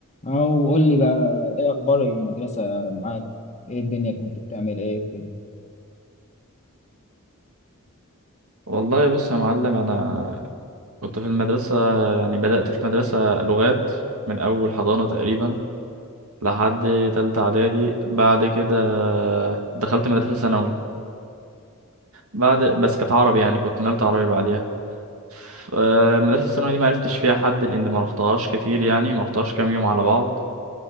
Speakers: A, on the left (about 30°); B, on the right (about 80°).
A: او قول لي بقى ايه اخبار المدرسه معاك ايه الدنيا كنت بتعمل ايه كده
B: والله بص يا معلم انا كنت في المدرسه يعني بدات في مدرسه لغات من اول حضانه تقريبا لحد تالتة اعدادي بعد كده دخلت مدرسه ثانوي بعد بس كانت عربي يعني كنت نقلت عربي بعديها ف- آه، المدرسه الثانوي دي ما عرفتش فيها حد لان ما رحتهاش كتير يعني ما رحتهاش كام يوم على بعض